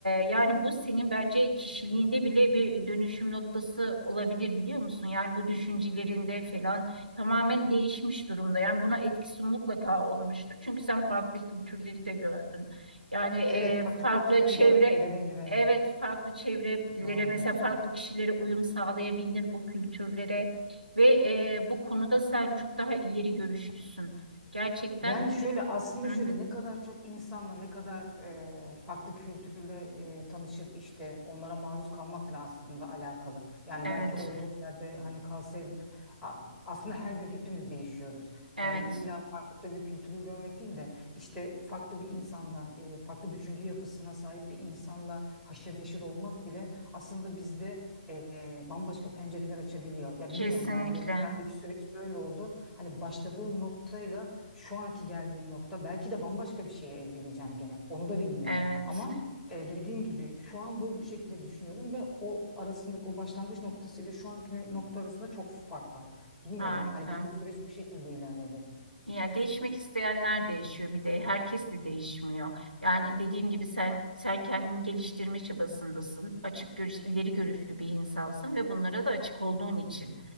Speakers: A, on the right; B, in the centre.
A: yani bu senin bence kişiliğinde bile bir dönüşüm noktası olabilir biliyor musun? Yani bu düşüncelerinde falan tamamen değişmiş durumda. Yani buna etkisi mutlaka olmuştur. Çünkü sen farklı kültürleri de gördün. Yani e,
B: Evet, farklı
A: farklı
B: kültürleri
A: çevre
B: görmek de dediğin gibi evet.
A: Evet, farklı çevrelere
B: Doğru
A: mesela
B: diyorsun.
A: farklı kişilere uyum sağlayabildin o kültürlere ve e, bu konuda sen çok daha ileri görüşlüsün. Gerçekten
B: Yani şöyle aslında
A: hı
B: şöyle
A: hı.
B: ne kadar çok insanla ne kadar e, farklı kültürle e, tanışıp işte onlara maruz kalmakla aslında alakalı. Yani
A: Evet,
B: belki olduğum yerde hani kalsaydım a- aslında her gün hepimiz değişiyoruz.
A: evet,
B: Yani illa farklı bir kültürü görmek değil de işte farklı bir insanla e, farklı düşünce yapısına sahip bir insanla haşır neşir olmak bile aslında bizde e, bambaşka pencereler açabiliyor. Ya
A: kesinlikle.
B: bilmiyorum ben de bendeki süreç böyle oldu. Hani başladığım noktayla şu anki geldiğim nokta belki de bambaşka bir şeye evleneceğim gene. Onu da bilmiyorum.
A: Evet,
B: Ama e, dediğim gibi şu an bu, bu şekilde düşünüyorum ve o arasındaki o başlangıç noktası ile şu anki nokta arasında çok fark var. Bilmiyorum.
A: harika.
B: Hani bende süreç bu şekilde ilerledi.
A: Yani değişmek isteyenler değişiyor bir de herkes de değişmiyor. Yani dediğim gibi sen sen kendini geliştirme çabasındasın. Açık görüş, ileri görüşlü bir insansın ve bunlara da açık olduğun için.